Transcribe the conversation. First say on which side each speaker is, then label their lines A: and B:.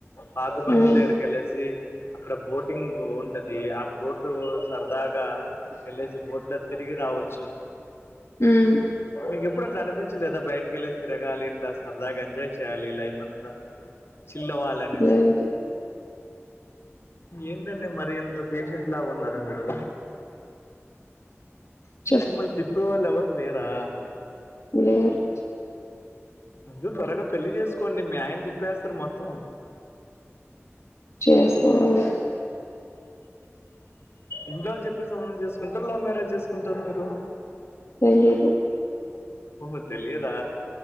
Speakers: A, on the left; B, on the left.
A: పాపకొండ్లు
B: హ్మ్.
A: దగ్గర్కెళ్ళేసి అక్కడ బోటింగ్ ఉంటది ఆ బోటు సరదాగ్ గా ఎల్లేసి బోట్ లో తిరిగి రావచ్చు
B: హ్మ్.
A: మీకెపుడ్ ప్పుడు అట్ల అనిపించలేదా బయటికెల్లెసి తిరగాలి ఇట్లా సరదగా ఎజాయ్ చేయాలి లైఫ్ంతా చిల్లవాలి అనేసి
B: లేదు.
A: ఏంటండి మరీ ఇన్ త పేషెంట్ లాగున్నారు మీరు
B: హ
A: మిమ్మల్ తిప్పేవాల్ ఎవ్వర్లేరా
B: లేరు
A: మీరు త్వరగా పెళ్లి చేసుకోండి మీ ఆయన తిప్పేస్తారు మొత్తం
B: చేసుకోవాలి.
A: ఇంట్లో వాళ్ళు చెప్పిన సంబంధం చేసుకుంటారు లవ్ మ్యరేజ్ చేసుకుంటారా మీరు
B: తెలీదు
A: ఓహో తెలియదా